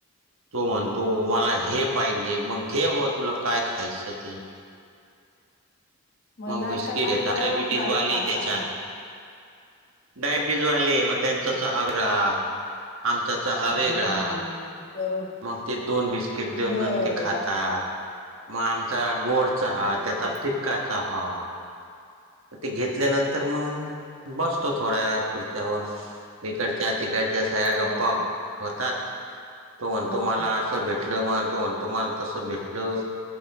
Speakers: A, on the right (about 70°); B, on the left (about 45°).
A: तो म्हणतो मला हे पाहिजे मग घे बाबा तुला काय खायचं ते. मग
B: नाश्ता
A: बिस्किट
B: पाणी
A: येतात
B: दबावून
A: डायबिटीस
B: झाला
A: वालेही
B: का चांगला
A: तेच्यात डायबिटीजवाले म त्यांचा चहा वेगळा आमचा चहा
B: हम्म
A: वेगळा
B: बरो
A: मग ते दोन बिस्किट देऊन
B: बर
A: न ते खातात म आमचा गोड चहा
B: हो
A: त्याचा
B: का
A: फिक चहा ते घेतल्यानंतर मग बसतो थोड्या खुर्च्या <unintelligible> इकडच्या तिकडच्या सगळ्या
B: हो
A: गप्पा
B: का
A: होतात तो म्हणतो
B: हो
A: मला
B: का
A: आसं
B: हा
A: भेटल मग तो म्हणतो तुम्हाला तसं भेटल